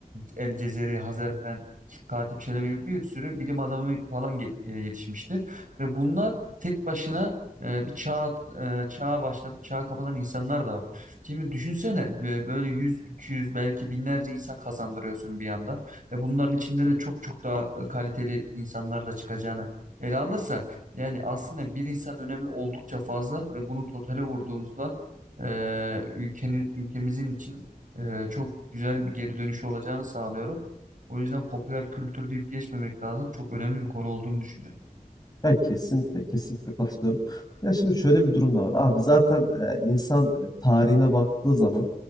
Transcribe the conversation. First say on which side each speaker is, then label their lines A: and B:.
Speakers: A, on the right; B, on the left.
A: El Cezeri, Hazerfen, Katip Çelebi gibi bir sürü bilim adamı falan ge- e, yetişmiştir. Ve bunlar tek başına e, bir çağ e, çağa başlatıp çağı kapatan insanlar da var. Şimdi düşünsene e, böyle 100, 200 belki binlerce insan kazandırıyorsun bir anda. Ve bunların içinde de çok çok daha e, kaliteli insanlar da çıkacağını ele alırsak yani aslında bir insanın önemi oldukça fazla ve bunu totale vurduğumuzda e, ülkenin ülkemizin için e, çok güzel bir geri dönüşü olacağını sağlıyorum. O yüzden popüler kültür deyip geçmemek lazım. Çok önemli bir konu olduğunu düşünüyorum.
B: Ya kesinlikle, kesinlikle katılıyorum. Ya şimdi şöyle bir durum da var. Abi zaten e, insan e, tarihine baktığı zaman